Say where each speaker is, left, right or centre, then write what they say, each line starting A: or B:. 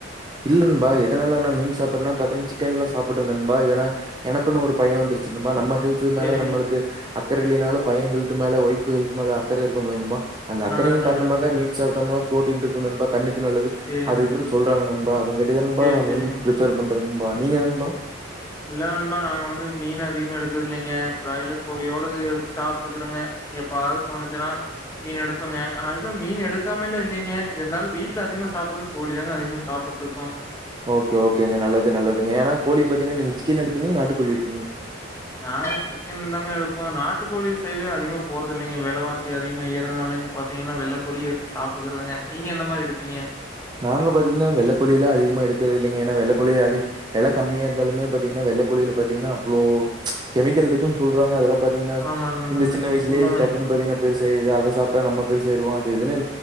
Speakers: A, on the right; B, on the left.
A: இல்ல நண்பா எதனால நான் மீன் சாப்புட்னா பாத்தினா சிக்கன்லா சாப்பிட்டுந்தே நண்பா வேணா எனக்குன்னு ஒரு பையெ வந்துருச்சு நண்பா நம்ம ஹெல்த்து மேல
B: செரிங்க
A: நம்மளுக்கு அக்கர இல்லைனாலு பையெ ஹெல்த் த்து மேல ஒய்ஃப்பு ஹெல்த்து மேல அக்கற இருக்குமுல நண்பா அந்த அக்கரையின்
B: நல்லது நல்லது
A: காரணமாக மீன் சாப்டம்னா புரோட்டின் டிக்கு நண்பா கண்ணுக் நல்லது
B: செரிங்க
A: அது இதுன் சொல்றாங்க நண் பா அதுங்க இதன்பா
B: சேரி
A: நா
B: செரிங்க
A: மெயின் பிரிப்பர் பண் ட்ரண்பா நீங்க நண்பா
B: இல்ல நண்பா நாங்க வந் மீன் அதிகமா எடுத்தது இல்லைங்க பிராய்லர் கோழியோட எ சாப்பிட்டுக்கறதுங்க எப்பவாவது தோணுச்சுன்னா மீன் எடுப்புங்க அதுவும் மீன் எடுக்காமெல்லா இல்லலைங்க இருந்தாலும் வீட்டுல அதிகமா சாப்பிடறது கோழி தாங்க அதிகமா சாப்பிட்டு இருக்கோம்
A: ஓகே ஓகேங்க நல்லது நல்லதுங்க ஏன்னா கோழி பாத்தீங்கன்னா நீ சிக்கன் எடுப்பீங்களா நாட்டு கோழி எடு
B: நாங்க சிக்கன் தாங்க எடுப் இப்போ நாட்டுக்கோழி சைடு அதிகமா போறது இல்லைங்க விலைவாசி அதிகமா ஏறதுனால நீங்க பார்த்தீங்கன்னா வெள்ளைக்கோழியே எடுத்து சாப்பிட்டுக்கறதுங்க நீங்க எந்த மாதிரி எடுப்பீங்க
A: நாங்க பாத்தீங்கன்னா வெள்ளக்கோழி அதிகமா எடுத்தது இல்லைங்க ஏன்னா வெள்ளைக்கோழில அதிக வில கம்மியா இருந்தாலுமே பாத்தீங்கன்னா வெள்ளக் கோழில பாத்தீங்கன்னா அவ்வளோ கெமிக்கல் இருக்குன்னு சொல்றாங்க அதெல்லாம் பாத்தீங்கன்னா
B: ஆமாங்க, ஆமாங்க.
A: இந்த சின்ன வயசலயே
B: உண்மதாங்க.
A: டக்கு பாத்தீங்கன்னா பெருசு அதை சாப்பிட்டா நம்ம பெருசு ஆய்ருவோம் அது இதுனு